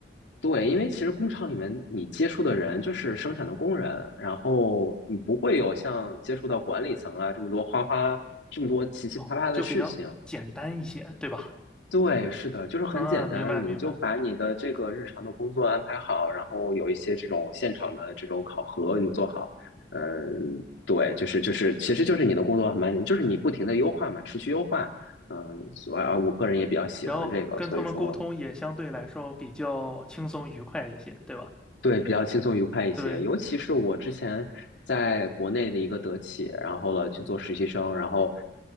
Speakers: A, on the left; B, in the centre.
A: 对，因为其实工厂里面你接触的人就是生产的工人，然后你不会有像接触到管理层啊这么多花花这么多奇奇葩葩的事情。
B: 哦，就比较简单一些，对吧？
A: 对，是的，就是很简单，
B: 嗯，明白明白。
A: 你就把你的这个日常的工作安排好，然后有一些这种现场的这种考核你做好。嗯，对，就是就是，其实就是你的工作还蛮简，就是你不停的优化嘛，持续优化。嗯，所以啊，我个人也比较喜欢这个，
B: 然后跟他们沟通也相对来说比较轻松愉快一些，
A: 所以说。
B: 对吧？
A: 对，比较轻松愉快一些。
B: 对，
A: 尤其是我之前在国内的一个德企，然后了去做实习生，然后